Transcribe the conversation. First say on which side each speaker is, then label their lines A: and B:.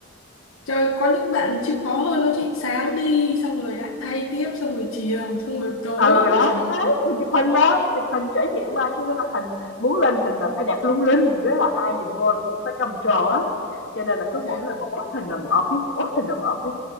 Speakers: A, on the left (about 80°); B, on the left (about 65°).
A: Trời có những bạn chịu khó hơn đó chị sáng đi xong rồi lại thay tiếp xong rồi chiều xong rồi tối
B: ừ đó
A: trời
B: đấy
A: ơi,
B: thì chụp hình đó chụp hình trải nghiệm qua cho nên là hình muốn lên hình là phải đẹp lung linh với là ai nhìn vô là cũng phải trầm trồ hết á. cho nên là cứ
A: trời.
B: mỗi lần mà post hình là một outfit mà post hình là một outfit